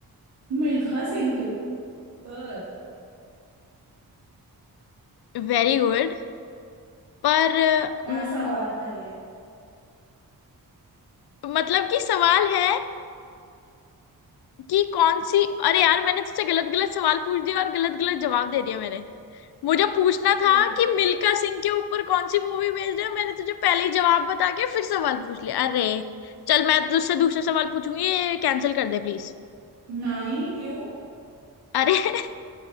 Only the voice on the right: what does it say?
मिल्खा सिंह के ऊपर
क्या
सवाल था ये
सही
है
नहीं क्यों